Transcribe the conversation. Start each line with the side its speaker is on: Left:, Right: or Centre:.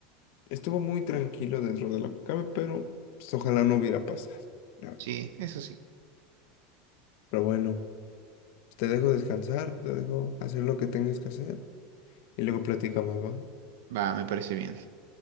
Left: estuvo muy tranquilo dentro de la que cabe, pero pues, ojalá no hubiera pasado. la verdad.
Right: Sí, eso sí.
Left: Pero bueno, te dejo descansar, te dejo hacer lo que tengas que hacer y luego platicamos, ¿va?
Right: Va, me parece bien.